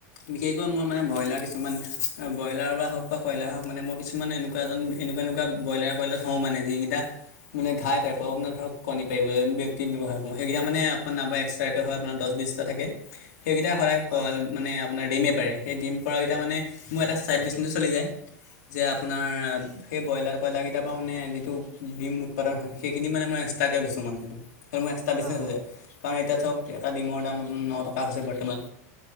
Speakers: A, on the left; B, on the right.
A: বিশেষকৈ মই মানে ব্ৰইলাৰ কিছুমান ব্ৰইলাৰ বা হওঁক কয়লাৰ হওঁক মানে মই কিছুমান এনে- কুৱা এনেকুৱা এনেকুৱা বইলাৰ কয়লা থও মানে যিকেইটা- মানে ঘাঁই টাইপৰ আপোনাৰ ধৰক কণী পাৰিব ব্যক্তি ব্যৱহাৰ কৰোঁ সেইকেইটা মানে আপোনাৰ এক্সট্ৰাকৈ হয় আপোনাৰ দহ বিশ- থাকে সেইকেইটা সদায়
B: হয়
A: কল
B: হয়
A: মানে আপোনাৰ ৰিমেপ। সেই ডিম পৰাকেইটা মানে মোৰ এটা ছাইড বিচনেছ চলি যায় যে আপোনাৰ। সেই ব্ৰইলাৰ কইলাৰ কেইটাৰ পৰা মানে যিটো ডিম উৎপাদন হয় সেইখিনি মানে মই এক্সট্ৰাকৈ বেচোঁ মানে। সেইটো মানে এক্সট্ৰা
B: হয়
A: বিজনেছ
B: হয়
A: হৈ যায় কাৰণ এতিয়া ধৰক এটা ডিমৰ দাম ন টকা হৈছে বৰ্তমান।